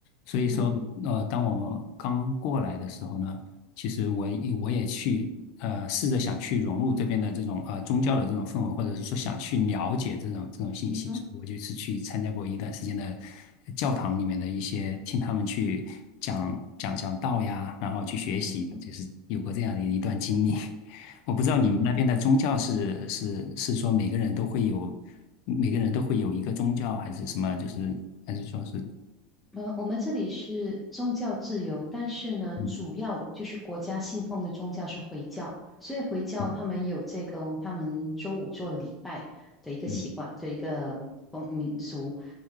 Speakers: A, on the left (about 60°); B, in the centre.
A: 所以说，
B: 嗯哼，
A: 呃，当我们刚过来的时候呢，其实我也我也去呃试着想去融入这边的这种呃宗教的这种氛围，或者是说想去了解这种这种信息，
B: 嗯哼，
A: 所以我就是去参加过一段时间的教堂里面的一些听他们去讲讲讲道呀，然后去学习，
B: 嗯哼，
A: 就是有过这样的一段经历。<laughs> 我不知道你们那边的宗教是是是说每个人都会有每个人都会有一个宗教，
B: 嗯哼。
A: 还是什么？就是还是说是。
B: 嗯，我们这里是宗教自由，但是呢，
A: 嗯
B: 主要就是国家信奉的宗教是回教，所以回教他们有这个他们周五做礼拜的一个习惯的一个风民俗。
A: 嗯嗯